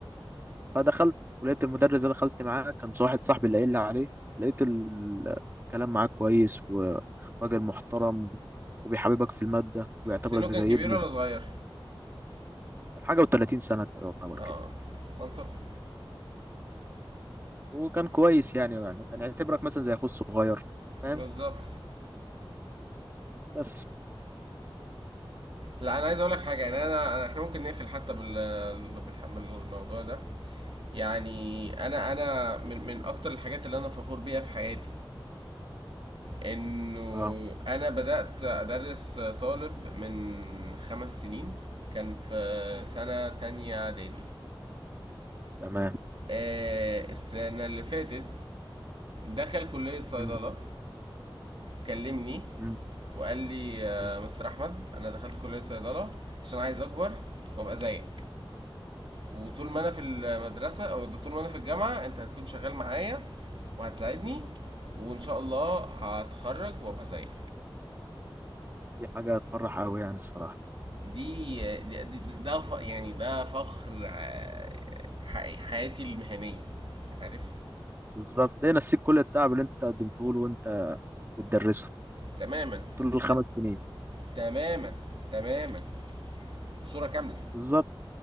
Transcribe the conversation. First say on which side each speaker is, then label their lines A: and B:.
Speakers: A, on the right; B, on the right.
A: فدخلت ولقيت المدرس ده دخلت معاه كان واحد صاحبي اللي قايل لي عليه لقيت ال- الكلام معاه كويس وراجل محترم وبيحببك في المادة وبيعتبرك
B: سنه كان
A: زي
B: كبير
A: ابنه
B: ولا صغير
A: كان حاجة و30 سنة يعتبر
B: اه
A: كده
B: منطقي
A: وكان كويس يعني يعني كان يعتبرك مثلا زي أخوه الصغير فاهم
B: بالظبط
A: بس
B: لا انا عايز اقول لك حاجة يعني انا أنا- احنا ممكن نقفل حتى بال بالح- بالموضوع ده يعني انا انا من من اكتر الحاجات اللي انا فخور بيها في حياتي انه
A: اه
B: انا بدأت ادرس طالب من خمس سنين كان في سنة تانية اعدادي
A: تمام
B: آه، السنة اللي فاتت دخل كلية صيدلة
A: مم.
B: كلمني
A: مم.
B: وقال لي آه،
A: تمام
B: مستر أحمد أنا دخلت كلية صيدلة عشان عايز أكبر وأبقى زيك وطول ما أنا في المدرسة أو طول ما أنا في الجامعة أنت هتكون شغال معايا وهتساعدني وإن شاء الله هتخرج وأبقى زيك
A: دي حاجة تفرح أوي يعني الصراحة
B: دي, دي, دي ده ف- يعني ده فخر آه، حقيقي- حياتي المهنية عارف
A: بالظبط ده نسيك كل التعب اللي أنت قدمته له وأنت بتدرسه
B: تماما
A: طول الخمس
B: ت-
A: سنين
B: تماما تماما بصورة كاملة
A: بالظبط